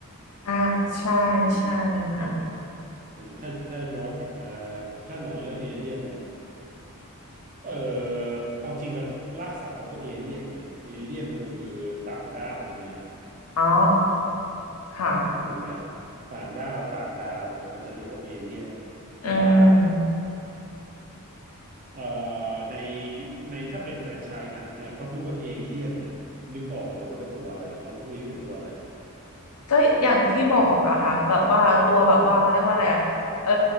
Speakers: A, on the left (about 80°); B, on the right (about 40°).
A: อ่าใช่ใช่ค่ะ
B: อืมยัง หรือถ้าถ้าย้อนกลับมาถ้าหนังเรื่องเอเลี่ยนเนี่ยเอ่อความจริงครับรากศัพท์ของว่าเอเลี่ยนเนี่ยเอเลี่ยนมันคือต่างดาวถูกไหมฮะ
A: อ๋อค่ะ
B: ถูกไหมต่างดาวต่างดาวเนี่ยเขาจะเรียกว่าเอเลี่ยนแต่ว่า
A: อืม
B: เอ่อในในถ้าเป็นแฟรนไชส์หนังเนี่ยพอพูดว่าเอเลี่ยนเนี่ยนึกออกเลยว่าเป็นตัวอะไรเอาคุณอุ้ยเป็นตัวอะไร
A: ก็อย่างที่บอกอะค่ะแบบว่าตัวแบบว่าเขาเรียกว่าอะไรอะเออ